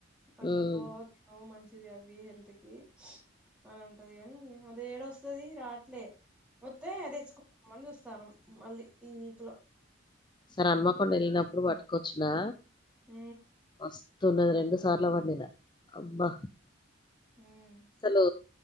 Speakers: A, in the centre; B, on the left.
A: వండుకో
B: హ్మ్.
A: అవు మంచిది అవి హెల్త్ కి అని అంటది కాని అది ఏడు వస్తది రాట్లే వస్తే తెచ్చుకుందమని చూస్తానం మళ్ళీ ఈ వీక్ లో
B: ఒకసరీ అన్మకొండ వెళ్ళినప్పుడు పటుకొచ్చినా
A: ఉ
B: మస్తున్నది రెండు సార్లు వండినా అబ్బా
A: ఉమ్
B: అసలు